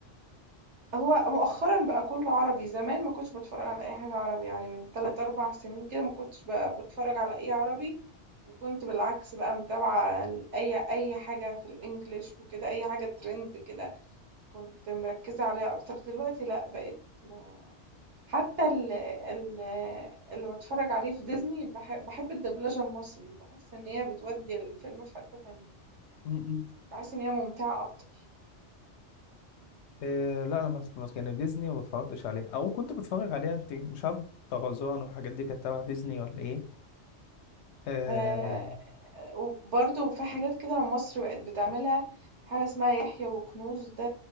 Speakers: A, on the right; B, on the left.
A: هو مؤخرًا بقى كُلّه عربي، زمان ما كنتش باتفرّج على أي حاجة عربي، يعني من 3، 4 سنين كده ما كنتش ب باتفرّج على أي عربي، وكنت بالعكس بقى متابعة ال أي أي حاجة في الEnglish وكده، أي حاجة trend كده كنت مركّزة عليها أكتر، دلوقتي لأ بقيت ما حتى ال ال اللي باتفرّج عليه في Disney باح باحب الدبلجة المصري، باحس إن هي بتودّي الفيلم في حتّة تانية،
B: م- م.
A: باحس إن هي ممتعة أكتر.
B: إيه لا انا بس بس يعني ديزني ما بتفرجتش عليها او كنت بتفرج عليها انت مش عارف طرزان والحاجات دي كانت تبع ديزني ولا ايه إيه
A: آآ وبرضه في حاجات كده مصر بقت بتعملها، حاجة اسمها يحيى وكنوز ده